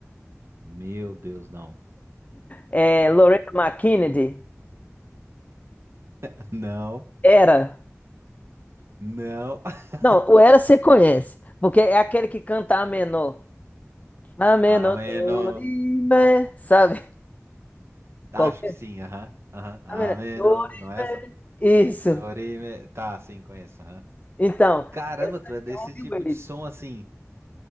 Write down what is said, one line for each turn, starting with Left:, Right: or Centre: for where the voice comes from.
Right: Meu Deus, não.
Left: É, Lorena McKennedy?
Right: <laughs> Não,
Left: Era.
Right: não. <laughs>
Left: Não, o Era você conhece, porque é aquele que canta a menor. Ameno,
Right: Ameno.
Left: dorime, sabe?
Right: Acho
Left: Qualquer.
Right: que sim, aham. Aham. Ameno.
Left: Ameno, dorime.
Right: Não é essa?
Left: Isso.
Right: Dorime. Tá, sim, conheço, aham.
Left: Então,
Right: Caramba,
Left: essa
Right: tu é desse
Left: é um new
Right: tipo
Left: wave.
Right: de som assim.